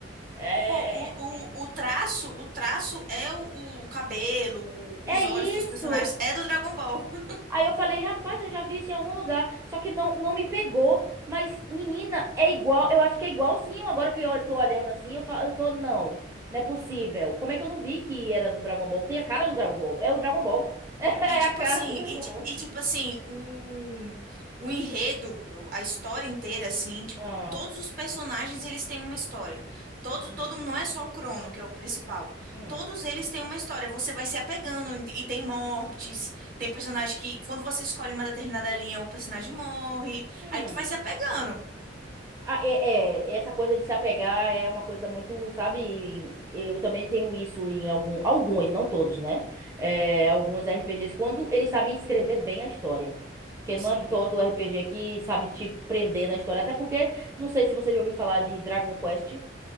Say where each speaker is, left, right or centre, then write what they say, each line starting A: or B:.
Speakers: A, on the right; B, on the right.
A: É,
B: Pô, o,
A: é
B: o, o traço, o traço é o, o cabelo, o- os
A: é
B: olhos dos
A: isso!
B: personagens, é do Dragon Ball. <laughs>
A: Aí eu falei, rapaz, eu já vi isso em algum lugar, só que não, não me pegou. Mas, menina, é igual, eu acho que é igualzinho. Agora que eu tô olhando assim, eu falo, eu tô, não, não é possível. Como é que eu não vi que era do Dragon Ball? Tem a cara do Dragon Ball, é o Dragon Ball. <laughs> É
B: E tipo
A: a cara
B: assim,
A: do Dragon
B: e, ti-
A: Ball.
B: e, tipo assim, o, o enredo, a história inteira, assim, tipo,
A: Ah,
B: todos os personagens eles têm uma história. Todo,
A: hum,
B: todo, não é só o Crono, que é o principal.
A: hum,
B: Todos eles têm uma história. Você vai se apegando e tem mortes. Tem personagem que, quando você escolhe uma determinada linha, o personagem morre.
A: hum.
B: Aí tu vai se apegando.
A: Ah, é, é, essa coisa de se apegar é uma coisa muito, sabe? Eu também tenho isso em algum, alguns, não todos, né? É, alguns RPGs, quando eles sabem escrever bem a história. Porque
B: Sim.
A: não é todo RPG que sabe te prender na história. Até porque, não sei se você já ouviu falar de Dragon Quest.